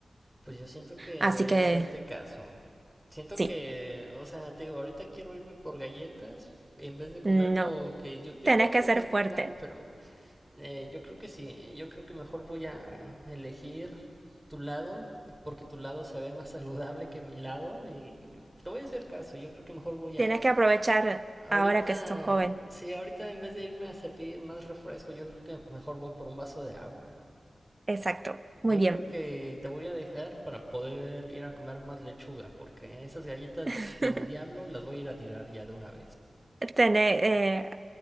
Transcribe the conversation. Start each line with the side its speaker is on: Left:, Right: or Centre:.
Centre: pues yo siento que
Right: Así
Centre: debería
Right: que
Centre: hacerte caso. Siento
Right: sí.
Centre: que, o sea, te digo, ahorita quiero irme por galletas en vez de comer
Right: No,
Centre: lo que yo, yo
Right: Tenés
Centre: te digo,
Right: que ser
Centre: tengo
Right: fuerte.
Centre: un plan, pero Eh, yo creo que sí, yo creo que mejor voy a elegir tu lado, porque tu lado se ve más <laughs> saludable que mi lado y te voy a hacer caso, yo creo que mejor voy
Right: Tienes
Centre: a...
Right: que aprovechar
Centre: Ahorita,
Right: ahora que sos joven.
Centre: sí, ahorita en vez de irme a servir más refresco, yo creo que mejor voy por un vaso de agua.
Right: Exacto. Muy
Centre: Yo
Right: bien.
Centre: creo que te voy a dejar para poder ir a comer más lechuga, porque esas galletas
Right: <laughs>
Centre: del diablo las voy a ir a tirar ya de una vez.
Right: Tener, eh,